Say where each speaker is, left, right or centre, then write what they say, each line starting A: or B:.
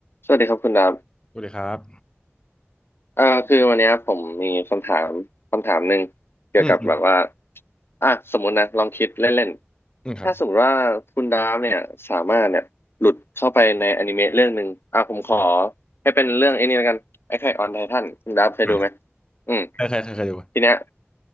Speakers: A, on the left; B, on the left.
A: สวัสดีครับคุณดาบ
B: สวัสดีครับ
A: เอ่อคือวันเนี้ยผมมีคำถามคำถามหนึ่งเกี่ยวกับแบบว่า
B: อืมอืม
A: อ่ะสมมตินะลองคิดเล่นๆถ้าสมมติว่าคุณดาบเนี่ยสามารถเนี่ยหลุดเข้าไปในอนิเมะเรื่องหนึ่งอ่ะผมขอ
B: อืมครับ
A: ให้เป็นเรื่องไอ้นี่แล้วกันไอ้ไข่ออนไททันคุณดาบเคยดูไหม
B: อ่ะ
A: อืม
B: เคยเคยเคยเคยดู
A: ทีเนี้ย